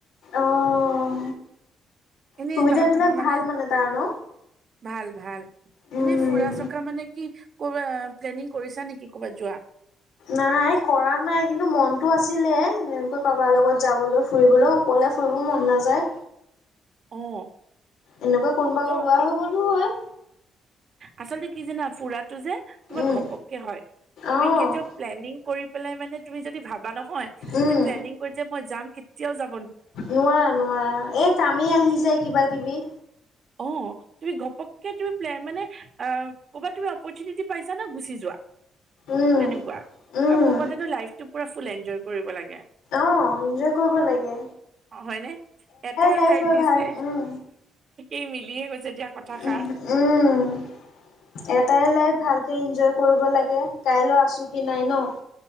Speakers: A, on the left; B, on the right.
A: অ',
B: এনেই
A: সুবিধাবিলাক
B: ভ মানে,
A: ভাল তাৰ ন?
B: ভাল ভাল।
A: উম,
B: এনেই ফুৰা-চকা মানে কি ক'ব প্লেনিং কৰিছা নেকি কবাত যোৱা?
A: নাই কৰা নাই কিন্তু মনতটো আছিলে এনেকৈ কাৰোবাৰ লগত যাবলৈ ফুৰিবলৈ অকলে মোৰো মন নযায়
B: অ
A: এনেকুৱা কোনোবা
B: দক
A: ওলোৱা হৈ গ'লো হয়।
B: আচলতে কি জানা ফুৰাটো যে তোমাৰ
A: উম।
B: ঘপককে হয় তুমি
A: অ',
B: কেতিয়াও প্লেনিং কৰি পেলায় মানে তুমি যদি ভাবা নহয়,
A: উম,
B: যে প্লেনিং কৰি যে মই যাম কেতিয়াও যা
A: নোৱাৰা-নোৱাৰা এই কামেই আহি যায় কিবা-কিবি।
B: অ, তুমি ঘপককে তুমি প্লেন বনাই আহ ক'বাত তুমি অপৰচুনিটী পাইছা ন গুচি যোৱা।
A: উম,
B: তেনেকুৱা
A: উম,
B: আৰু মোৰ মতেতো লাইফটো পুৰা ফুল এনজয় কৰিব লাগে।
A: অ', এনজয় কৰিব লাগে।
B: অ, হয়নে এটাই
A: লাইফ
B: লাইট
A: হয়
B: দিছে।
A: ভাল উম,
B: এই মিলিয়ে গৈছে দিয়া। কথাষাৰ
A: উম-উম এটাই লাইভ ভালকে এনজয় কৰিব লাগে কাইলৈ আছোঁ কি নাই ন।